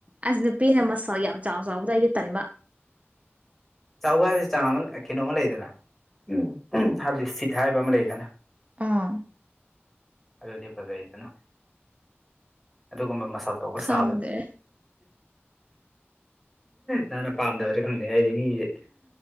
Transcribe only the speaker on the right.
ꯑꯁ ꯅꯨꯄꯤꯅ ꯃꯁꯛ ꯌꯥꯝ ꯆꯥꯎ ꯆꯥꯎꯕꯗ ꯑꯩꯗꯤ ꯇꯟꯕ
ꯑꯥ
ꯈꯪꯗ꯭ꯔꯦ